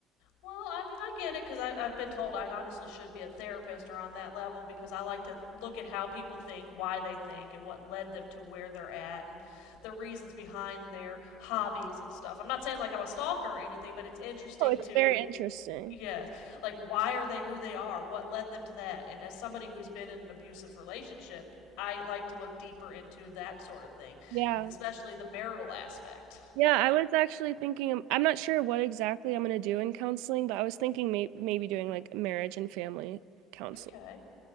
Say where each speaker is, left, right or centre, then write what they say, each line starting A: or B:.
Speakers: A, on the left; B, on the right.
A: Well, I mean, I get it because I've been told I honestly should be a therapist or on that level because I like to look at how people think, why they think, and what led them to where they're at, and the reasons behind their hobbies and stuff. I'm not saying like I'm a stalker or anything, but it's interesting
B: Oh, it's
A: to
B: very interesting.
A: Yes. Like, why are they who they are? What led them to that? And as somebody who's been in an abusive relationship, I like to look deeper into that sort of thing,
B: Yeah.
A: especially the marital aspect.
B: Yeah, I was actually thinking, um, I'm not sure what exactly I'm gonna do in counseling, but I was thinking may maybe doing like marriage and family counseling.
A: Okay.